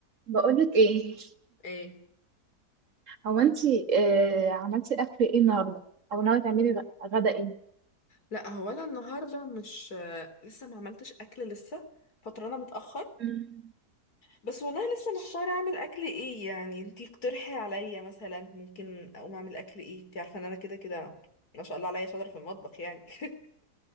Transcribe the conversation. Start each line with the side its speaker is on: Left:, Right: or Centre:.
Right: بقولك ايه
Left: ايه
Right: هو انتي آه عملتي اكل ايه النهارده او ناويه تعملي غ- غدا ايه
Left: لا هو انا النهارده مش آه، لسه ما عملتش اكل لسه فطرانه متاخر
Right: مم.
Left: بس والله لسه محتاره اعمل اكل ايه يعني انتي اقترحي عليا مثلا ممكن اقوم اعمل اكل ايه انتي عارفه ان انا كده كده ما شاء الله عليا شاطره في المطبخ يعني <laughs>